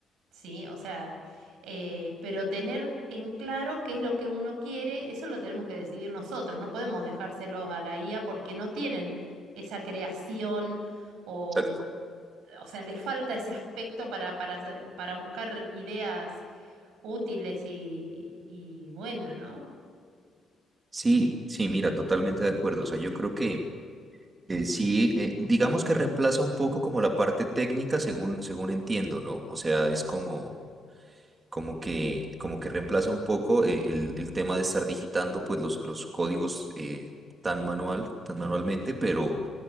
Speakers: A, on the right (about 85°); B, on the right (about 35°).
A: ¿sí? O sea, eh, pero tener en claro qué es lo que uno quiere, eso lo tenemos que decidir nosotros, no podemos dejárselos a la IA porque no tienen esa creación o,
B: Exacto.
A: mm, o sea, les falta ese aspecto para, para, para buscar ideas útiles y, y buenas, ¿no?
B: Sí, sí, mira, totalmente de acuerdo. O sea, yo creo que eh, sí, eh, digamos que reemplaza un poco como la parte técnica, según, según entiendo, ¿no? O sea, es como, como que, como que reemplaza un poco eh, el, el tema de estar digitando pues los, los códigos eh, tan manual, tan manualmente, pero,